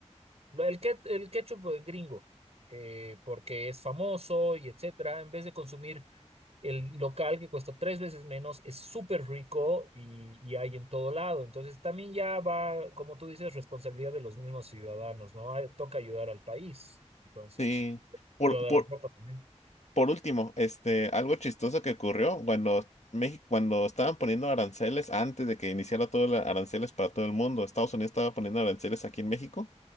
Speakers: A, on the right (about 60°); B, on the left (about 70°).
A: lo- el, ket- el ketchup gringo, eh, porque es famoso y etcétera, en vez de consumir el local que cuesta tres veces menos es súper rico y, y hay en todo lado. Entonces también ya va, como tú dices, responsabilidad de los mismos ciudadanos, ¿no? Ay, toca ayudar al país. Entonces,
B: Sí. Por,
A: lo de
B: por,
A: la ropa también.
B: por último, este, algo chistoso que ocurrió cuando México, cuando estaban poniendo aranceles, antes de que iniciara todo los aranceles para todo el mundo, Estados Unidos estaba poniendo aranceles aquí en México.